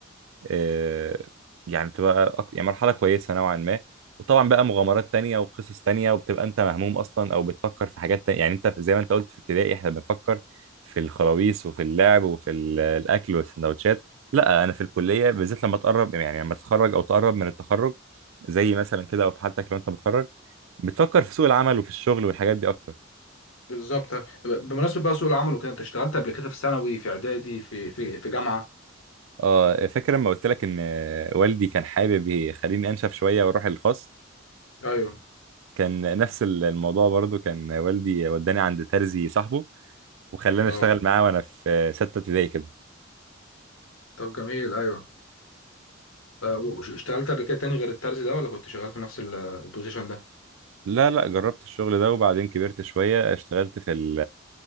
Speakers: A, on the right (about 75°); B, on the left (about 80°).
A: آه، يعني بتبقى أك- يعني مرحلة كويسة نوعا ما وطبعا بقى مغامرات تانية وقصص تانية وبتبقى انت مهموم اصلا او بتفكر في حاجات تانية يعني انت في- زي ما انت قلت في ابتدائي احنا بنفكر في الخراويص وفي اللعب وفي ال- الاكل والسندوتشات لا انا في الكلية بالذات لما تقرب يعني لما تتخرج او تقرب من التخرج زي مثلا كده او في حالتك لو انت متخرج بتفكر في سوق العمل وفي الشغل والحاجات دي اكتر
B: بالظبط بمناسبه بقى سوق العمل وكده انت اشتغلت قبل كده في ثانوي في اعدادي في في في جامعه
A: اه فاكر لما قلت لك ان والدي كان حابب يخليني انشف شويه واروح الخاص
B: ايوه
A: كان نفس الموضوع برضو كان والدي وداني عند ترزي صاحبه وخلاني
B: اه
A: اشتغل معاه وانا في سته ابتدائي كده
B: طب جميل ايوه ف- وش- اشتغلت قبل كده تاني غير الترزي ده ولا كنت شغال في نفس ال- البوزيشن ده؟
A: لا لا جربت الشغل ده وبعدين كبرت شويه اشتغلت في ال